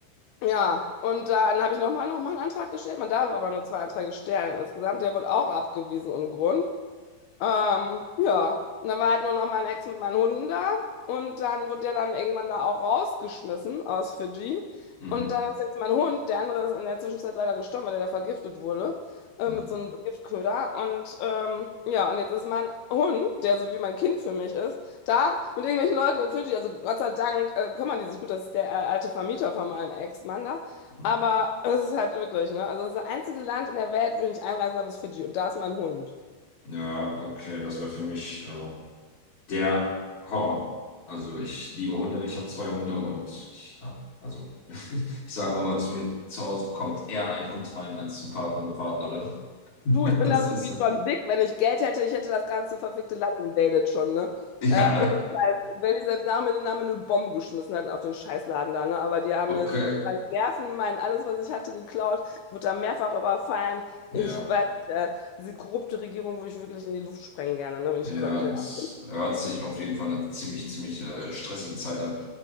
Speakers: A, on the left (about 75°); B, on the left (about 40°).
A: Ja, und dann habe ich nochmal noch mal noch mal einen Antrag gestellt. Man darf aber nur zwei Anträge stellen insgesamt. Der wird auch abgewiesen ohne Grund. Ähm, ja, und dann war halt nur noch mein Ex mit meinen Hunden da und dann wurde der dann irgendwann da auch rausgeschmissen aus Fidschi.
B: Mhm.
A: Und dann ist jetzt mein Hund, der andere ist in der Zwischenzeit leider gestorben, weil der da vergiftet wurde, äh,
B: Mhm.
A: mit so einem Giftköder. Und ähm, ja, und jetzt ist mein Hund, der so wie mein Kind für mich ist, da mit irgendwelchen Leuten in Fidschi. Also Gott sei Dank äh, kümmern die sich gut, das ist der äh, alte Vermieter von meinem Ex-Mann da.
B: Mhm.
A: Aber es ist halt wirklich, ne? Also das einzige Land in der Welt, wo ich nicht einreisen darf, ist Fidschi. Und da ist mein Hund.
B: Ja, okay, das wäre für mich. Äh, Der Horror. Also ich liebe Hunde, ich habe zwei Hunde und ich, ja, also <laughs> ich sage auch immer zu mir, zu Hause kommt eher ein Hund rein als zum Partner oder Partnerin. <laughs>
A: Du, ich bin
B: Das
A: da so
B: ist,
A: wie John Wick. Wenn ich Geld hätte, ich hätte das ganze verfickte Land invaded schon, ne? Äh,
B: ja,
A: ohne Scheiß. Wenn ich selbst nach mir, nach mir eine Bombe geschmissen hätten auf den Scheißladen da, ne? Aber die haben
B: <laughs> okay,
A: mir meine Nerven, mein alles, was ich hatte, geklaut. Ich wurde da mehrfach überfallen.
B: ja,
A: Ich weiß nicht, äh, diese korrupte Regierung würde ich wirklich in die Luft sprengen gerne, ne? Wenn ich
B: ja,
A: könnte. Ja,
B: das hört sich auf jeden Fall einer ziemlich, ziemlich äh, stressigen Zeit an.